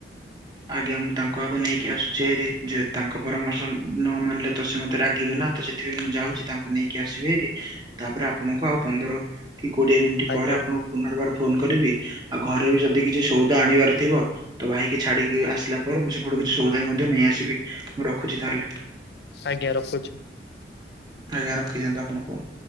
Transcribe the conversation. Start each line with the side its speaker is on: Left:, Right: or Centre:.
Right: ଆଜ୍ଞା ମୁଁ ତାଙ୍କୁ ଆଗ ନେଇକି ଆସୁଛି ହେରି ଯେହେତୁ ତାଙ୍କ ପରାମର୍ଶ ନ ମାନିଲେ ତ ସେ ମତେ ରାଗିବେ ନା ତ ସେ ଥିନ୍ ଯାଉଛି। ତାଙ୍କୁ ନେଇକି ଆସିବି ହେରି ତାପରେ ଆପଣଙ୍କୁ ଆଉ ପନ୍ଦର କି କୋଡ଼ିଏ ମିନିଟ୍
Left: ଆଜ୍ଞା
Right: ପରେ ଆପଣଙ୍କୁ ପୁନର୍ବାର ଫୋନ୍ କରିବି ଆଉ ଘରେ ବି ଯଦି କିଛି ସଉଦା ଆଣିବାର ଥିବ ତ ଭାଇ କି ଛାଡି଼କି ଆସିଲା ପରେ ମୁଁ ସେପଟୁ କିଛି ସଉଦା ବି ମଧ୍ୟ ନେଇ ଆସିବି ମୁଁ ରଖୁଛି ତାହେଲେ।
Left: ଆଜ୍ଞା ରଖୁଛି ମୁଁ।
Right: ଆଜ୍ଞା ରଖିଦିଅନ୍ତୁ ଆପଣ ଫୋନ୍।